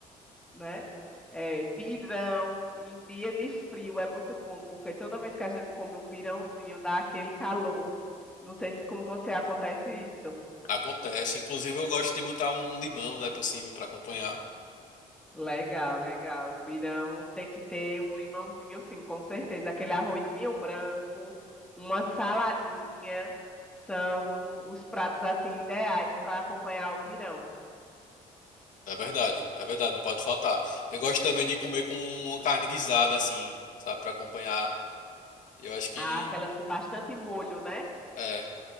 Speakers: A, in the centre; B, on the left (about 65°).
A: né? É, pirão em dia de frio é muito bom, porque toda vez que a gente come um pirãozinho dá aquele calor. Não sei se com você acontece isso.
B: Acontece. Inclusive, eu gosto de botar um limão, né, por cima pra acompanhar.
A: Legal, legal. O pirão tem que ter um limãozinho, sim, com certeza. Aquele arrozinho branco, uma saladinha, são os pratos assim ideais para acompanhar o pirão.
B: É verdade, é verdade, não pode faltar. Eu gosto também de comer com uma carne guisada, assim, sabe, pra acompanhar. Eu acho que
A: Ah, aquelas com bastante molho, né?
B: é,